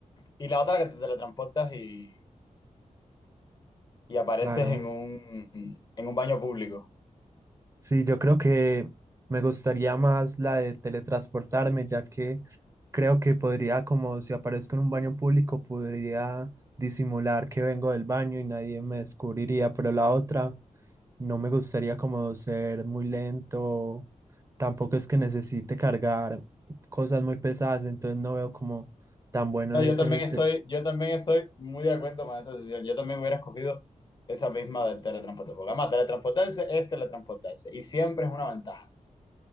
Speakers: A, on the left; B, on the right.
A: Y la otra que te teletransportas y, y apareces
B: Claro.
A: en un, en un baño público.
B: Sí, yo creo que me gustaría más la de teletransportarme, ya que creo que podría, como si aparezco en un baño público, podría disimular que vengo del baño y nadie me descubriría, pero la otra no me gustaría como ser muy lento, tampoco es que necesite cargar cosas muy pesadas, entonces no veo como tan bueno
A: No,
B: ese,
A: yo también
B: te-
A: estoy, yo también estoy muy de acuerdo con esa decisión. Yo también hubiera escogido esa misma del teletransporte. Porque además, teletransportarse es teletransportarse. Y siempre es una ventaja.